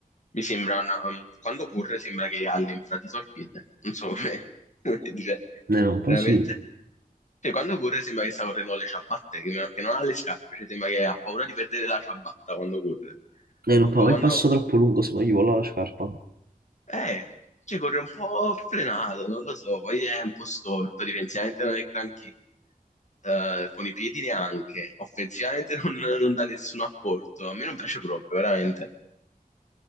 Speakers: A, on the left; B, on the right.
A: mi sembra una- um, quando corre sembra che ha l'infradito al piede, non so come <laughs> come dire,
B: Eh, no, un po'
A: veramente?
B: sì.
A: Cioè, quando corre sembra che sta correndo con le ciabatte, che, non- che non ha le scarpe, cioè sembra che ha paura di perdere la ciabatta quando corre.
B: Eh, non fa
A: Poi
B: mai
A: quando...
B: il passo troppo lungo, se no gli vola la scarpa.
A: Eh, cioè corre un po' frenato, non lo so, poi è un po' storto, difensivamente non è granché, eh, con i piedi neanche, offensivamente non, non dà nessun apporto, a me non piace proprio, veramente.